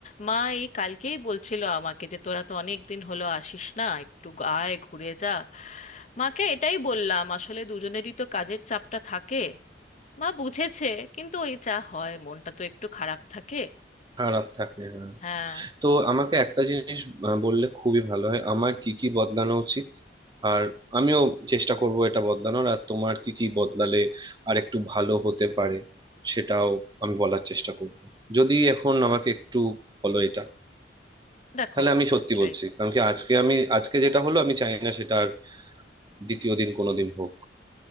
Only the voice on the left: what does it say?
মা এই কালকেই বলছিল আমাকে যে তোরা তো অনেক দিন হলো আসিস না একটু আয় ঘুরে যা মাকে এটাই বললাম আসলে দুজনেরই তো কাজের চাপটা থাকে মা বুঝেছে কিন্তু ওই যা হয় মনটা তো একটু খারাপ থাকে
হ্যাঁ
দেখো
অবশ্যই